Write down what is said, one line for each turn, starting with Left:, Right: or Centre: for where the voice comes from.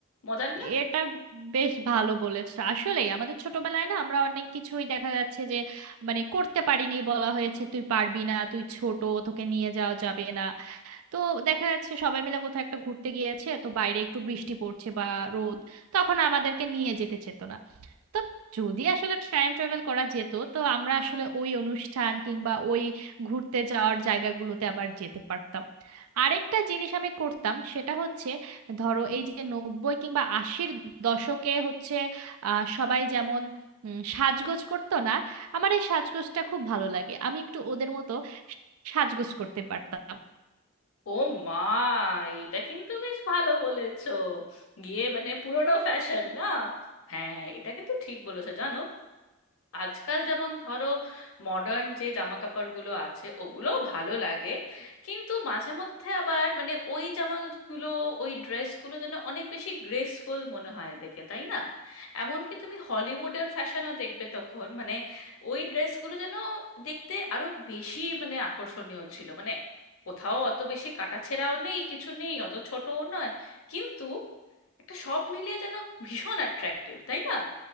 Left: মজার না
Right: এটা বেশ ভালো বলেছ আসলে আমাদের ছোটবেলায় না আমরা অনেক কিছুই দেখা যাচ্ছে যে মানে করতে পারিনি বলা হয়েছে তুই পারবি না তুই ছোট তোকে নিয়ে যাওয়া যাবে না তো দেখা যাচ্ছে সবাই মিলে কোথাও একটা ঘুরতে গিয়েছে তো বাইরে একটু বৃষ্টি পড়ছে বা রোদ তখন আমাদেরকে নিয়ে যেতে চেত না তো যদি আসলে টাইম ট্রাভেল করা যেত তো আমরা আসলে ওই অনুষ্ঠান কিংবা ওই ঘুরতে যাওয়ার জায়গাগুলোতে আবার যেতে পারতাম আরেকটা জিনিস আমি করতাম সেটা হচ্ছে ধরো এই যে নব্বই কিংবা আশির দশকে হচ্ছে আহ সবাই যেমন উম, সাজগোজ করতো না আমার এই সাজগোজটা খুব ভালো লাগে আমি একটু ওদের মতো সাজগোজ করতে পারতাম
Left: ও মা এটা কিন্তু বেশ ভালো বলেছো গিয়ে মানে পুরোনো ফ্যাশন না হ্যাঁ এটা কিন্তু ঠিক বলেছো জানো আজকাল যেমন ধরো মডার্ন যে জামা কাপড়গুলো আছে ওগুলোও ভালো লাগে কিন্তু মাঝে মধ্যে আবার মানে ওই জামাগুলো ওই ড্রেসগুলো যেন অনেক বেশি গ্রেসফুল মনে হয় দেখে তাই না এমনকি তুমি হলিউডের ফ্যাশনও দেখবে তখন মানে ওই ড্রেসগুলো যেন দেখতে আরো বেশি মানে আকর্ষণীয় ছিল মানে কোথাও অত বেশি কাটাছেঁড়াও নেই কিছু নেই অত ছোটও নয় কিন্তু একটা সব মিলিয়ে যেন ভীষণ অ্যাট্রাক্টিভ তাই না